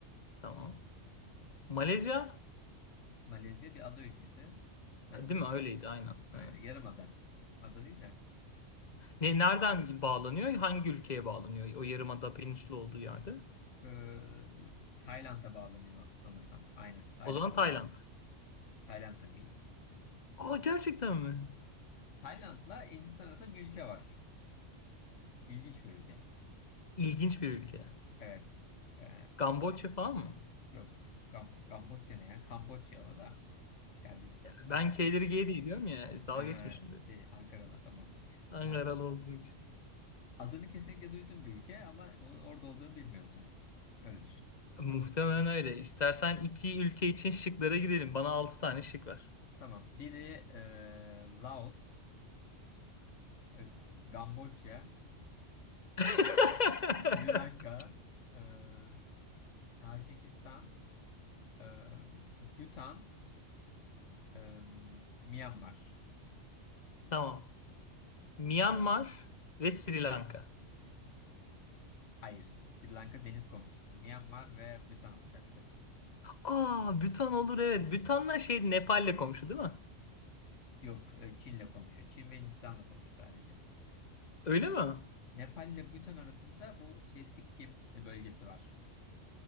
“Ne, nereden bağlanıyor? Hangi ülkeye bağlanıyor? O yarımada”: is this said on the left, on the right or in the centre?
Left